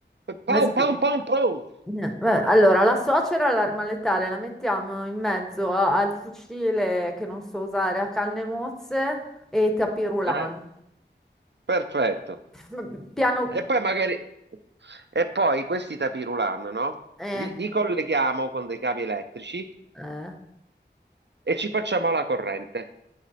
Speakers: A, on the right; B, in the centre.
A: Pom,
B: Espl-
A: pom, pom, pom.
B: eh, vabbè, Allora, la suocera è l'arma letale, la mettiamo in mezzo a- al fucile che non so usare, a canne mozze e ai tapis roulant.
A: Eh, perfetto.
B: M- Piano...
A: E poi magari... E poi questi tapirulan, no?
B: eh,
A: Li, li colleghiamo con dei cavi elettrici
B: eh.
A: e ci facciamo la corrente.